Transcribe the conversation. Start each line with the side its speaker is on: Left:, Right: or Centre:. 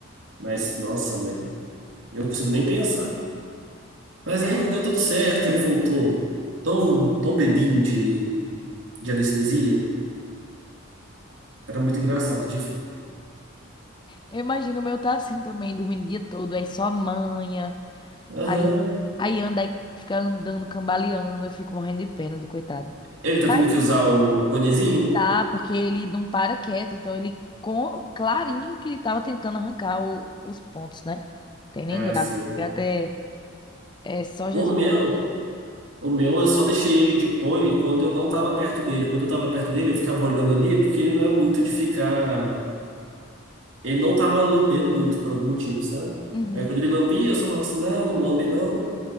Right: Mas, nossa, mãe, eu não consigo nem pensar. Mas aí deu tudo certo, ele voltou tão, tão bebinho de, de anestesia. Era muito engraçado de ver.
Left: Eu imagino o meu tá assim também, dormindo o dia todo, aí só manha,
Right: Aham.
Left: aí, aí anda, aí fica andando, cambaleando, eu fico morrendo de pena do coitado.
Right: Ele tá
Left: Mas
Right: tendo que usar o, o conezinho?
Left: tá, porque ele não para quieto, então ele, com, clarinho que ele tava tentando arrancar o- os pontos, né? Tem nem
Right: Ah,
Left: graça,
Right: sim.
Left: esse gato é, é só
Right: O
Left: Jesus.
Right: meu
Left: na causa dele.
Right: O meu, eu só deixei ele de cone quando eu não tava perto dele. Quando eu tava perto dele, eu ficava olhando ali, porque ele não é muito de ficar. Ele não tava lambendo muito por algum motivo, sabe?
Left: Uhum.
Right: Aí quando ele lambia, eu só falava assim: não, não lambe não.